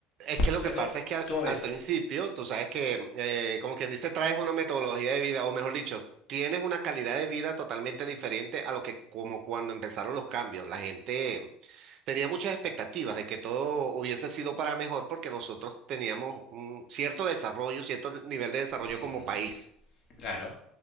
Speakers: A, on the right (about 55°); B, on the left (about 55°).
A: Es que lo
B: O sea,
A: que pasa
B: ¿cómo,
A: es que al,
B: cómo
A: al
B: ves?
A: principio, tú sabes que, eh, como quien dice, traes una metodología de vida, o mejor dicho, tienes una calidad de vida totalmente diferente a lo que como cuando empezaron los cambios. La gente... tenía muchas expectativas de que todo hubiese sido para mejor porque nosotros teníamos un cierto desarrollo, cierto nivel de desarrollo
B: Mm,
A: como país.
B: claro.